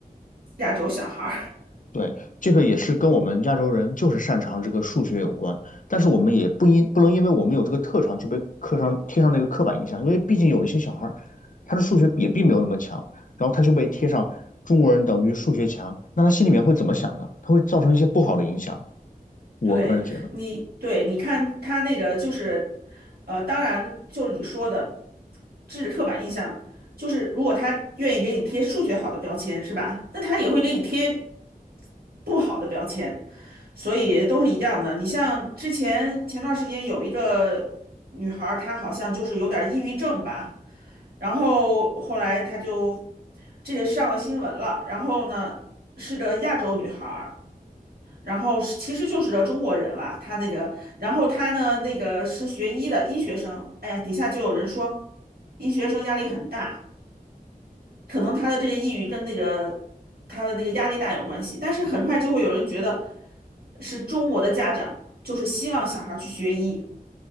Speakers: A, on the right; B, on the left.
A: 亚洲小孩儿。
B: 对，这个也是跟我们亚洲人就是擅长这个数学有关，但是我们也不因不能因为我们有这个特长就被刻上贴上那个刻板印象，因为毕竟有一些小孩儿，他的数学也并没有那么强，然后他就被贴上中国人等于数学强，那他心里面会怎么想呢？他会造成一些不好的影响。我个人觉得
A: 对你，对你看他那个就是，呃，当然就是你说的，这是刻板印象，就是如果他愿意给你贴数学好的标签，是吧？那他也会给你贴不好的标签，所以都是一样的。你像之前前段时间有一个女孩儿，她好像就是有点儿抑郁症吧，然后后来她就这个上了新闻了，然后呢是个亚洲女孩然后是其实就是中国人啦，他那个，然后他呢那个是学医的医学生，哎呀，底下就有人说医学生压力很大，可能他的这个抑郁跟那个他的那个压力大有关系，但是很快就会有人觉得是中国的家长就是希望小孩儿去学医，